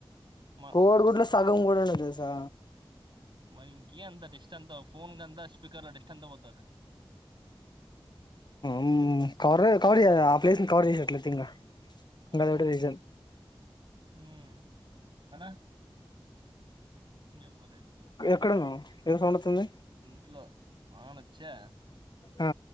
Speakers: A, on the right (about 55°); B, on the left (about 50°).
A: మ
B: కోడి గుడ్లో సగం కూడా ఉండదు తెలుసా
A: మరి ఇంకే అంత డస్ట్ అంతా ఫోన్ కంతా స్పీకర్ లో డస్ట్ అంతా పోతాది.
B: మ్ కవర్ చేయ్ కవర్ చేయ్ ఆ ప్లేస్ని కవర్ చేసట్లయితే ఇంగా
A: మ్మ్
B: ఇంగ అదొకటే రీజన్
A: మ్ అన్నా ఇంగేం మరి
B: అక్కడ ఏదో సౌండ్ వస్తుంది.
A: ఇంట్లో వానొచ్చే
B: ఆ